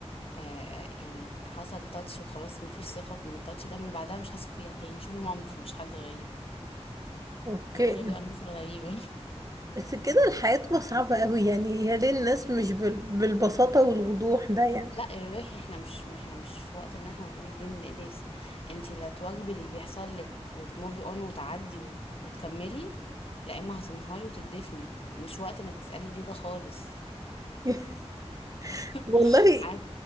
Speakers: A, on the left (about 55°); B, on the right (about 30°).
A: آه يعني حصل تاتش وخلاص مفيش ثقه من التاتش ده من بعدها مش هثق فيها تاني شوفي مامتي مش حد غريب
B: اوكي
A: ما بالك بقى الناس الغريبه
B: بس كده الحياة تبقى صعبة اوي يعني يا ليه الناس مش بال... بالبساطة والوضوح ده يعني
A: لا الريح احنا مش احنا مش في وقت ان احنا نقول دي للناس انتي لا تواجبي اللي بيحصل لك وتموفي اون وتعدي وت- وتكملي لا اما هتنهاري وتدفني مش وقت انك تسألي ليه ده خالص
B: <laughs>
A: <laughs>
B: والله
A: عارف